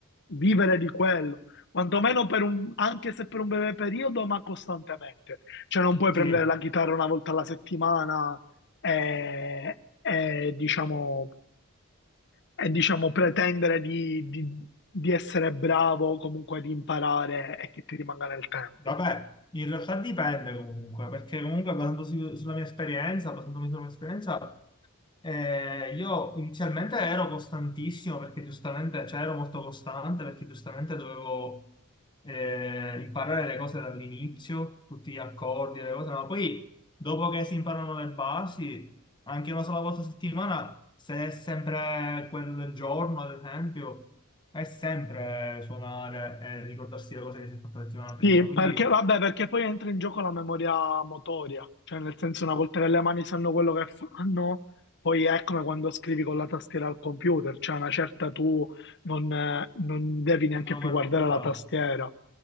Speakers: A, on the left; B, on the left.
A: vivere di quello, quantomeno per un, anche se per un breve periodo, ma costantemente. Cioè non puoi
B: Sì.
A: prendere la chitarra una volta alla settimana e, e, diciamo, e diciamo pretendere di, di di essere bravo, comunque di imparare e che ti rimanga nel tempo.
B: Vabbè, in realtà dipende comunque, perché comunque basandosi sulla mia esperienza, basandomi sulla mia esperienza, eh, io inizialmente ero costantissimo perché giustamente, cioè ero molto costante perché giustamente dovevo eh, imparare le cose dall'inizio, tutti gli accordi, le cose, ma poi dopo che si imparano le basi, anche una sola volta a settimana, se è sempre quello del giorno, ad esempio, è sempre suonare e ricordarsi le cose che si è fatta la settimana prima,
A: Sì,
B: quindi...
A: perché, vabbè, perché poi entra in gioco la memoria motoria, cioè nel senso una volta che le mani sanno quello che fanno, poi è come quando scrivi con la tastiera al computer, cioè una certa tu non, eh, non devi neanche
B: non me lo
A: più
B: guardo
A: guardare
B: più da
A: la tastiera.
B: oggi.